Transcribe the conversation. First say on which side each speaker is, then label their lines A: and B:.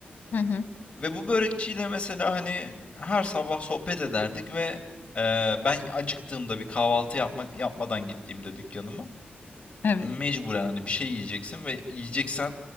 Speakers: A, on the left; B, on the left.
A: Hı hı.
B: Ve bu börekçiyle mesela hani her sabah sohbet ederdik ve eee, ben acıktığımda bir kahvaltı yapmak yapmadan gittiğimde dükkanıma
A: Evet.
B: mecburen hani bir şey yiyeceksin ve yiyeceksen